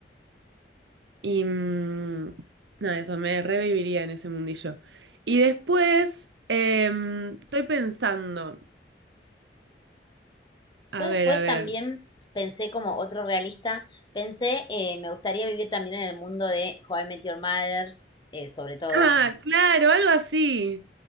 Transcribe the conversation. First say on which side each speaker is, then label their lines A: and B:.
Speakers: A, on the right (about 80°); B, on the left (about 25°).
A: Y mm, nada, eso me reviviría en ese mundillo. Y después, em, estoy pensando, a
B: Yo
A: ver,
B: después
A: a ver.
B: también pensé como otro realista, pensé, eh, me gustaría vivir también en el mundo de How I Met Your Mother, eh, sobre todo,
A: Ah, claro, algo así.